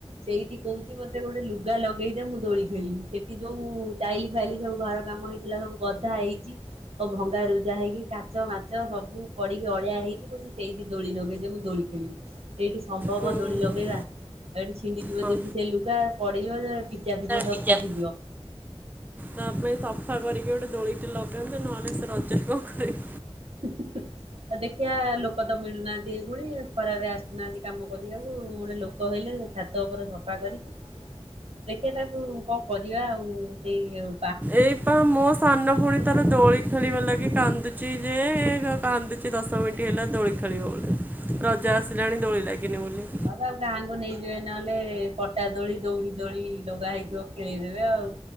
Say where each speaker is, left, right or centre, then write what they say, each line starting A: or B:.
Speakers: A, on the right; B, on the right.
A: ସେଇଠି କହୁଛି ମତେ ଗୋଟେ ଲୁଗା ଲଗେଇଦେ ମୁଁ ଦୋଳି ଖେଳିବି। ସେଠି ଯୋଉ ଟାଇଲି ଫାଇଲି ସବୁ ଘର କାମ ହେଇଚି। <unintelligible> ବନ୍ଧା ହେଇଛି। <unintelligible> ଭଙ୍ଗାରୁୁଯା ହେଇକି କାଚ ମାଚ ସବୁ ପଡିକି ଅଳିଆ ହେଇଛି କହୁଚି ସେଇଠି ଦୋଳି ନଗେଇ ଦେ ମୁଁ ଦୋଳି ସେଇଠି ସମ୍ଭବ
B: ହୁଁ
A: ଦୋଳି ଲଗେଇବା ଏଇଠି ଛିଣ୍ଡିଯିବ
B: ହଁ
A: ଯଦି ସେ ଲୁଗା ପଡିବ ଯେ ପିଚା ଫିଚା ସବୁ
B: ଟିଚର
A: ଫୁଟିଯିବ।
B: ତା ପାଇଁ ସଫା କରିକି ଗୋଟେ ଦୋଳିଟେ ଲଗାନ୍ତୁ। ନହେଲେ ସେ ରଜରେ କଣ ଖେଳି
A: <inaudible> ଉଁ ଦେଖିଆ ଲୋକ ତ ମିଳୁନାହାନ୍ତି ଏଇ ଭଳି ଖରାରେ ଆସୁନାହାନ୍ତି କାମ କରିବାକୁ ଗୋଟେ ଲୋ କହିଲେ ଛାତ ଉପରେ ସଫା କରିକି ଦେଖେ ତାକୁ କଣ କରିବା ଆଉ ସେଇ ଉ
B: ଏଇ ପା ମୋ ସାନ ଭଉଣୀ ତାର ଦୋଳି ଖେଳିବା ଲାଗି କାନ୍ଦୁଚି ଯେ କାନ୍ଦୁଛି ଦଶ ମିିନି ଣ୍ଟି ହେଲା ଦୋଳି ଖେଳିବ ବୋଲି। ରଜ ଆସିଲାଣି ଦୋଳି ଲାଗିନି ବୋଲି
A: ହଁ ତାକୁ ଗାଁକୁ ନେଇଯିବେ ନହେଲେ ପଟା ଦୋଳି ଦଉଡି ଦୋଳି ଲଗା ହେଇଥିବ। ଖେଳିଇ ଦେବେ ଆଉ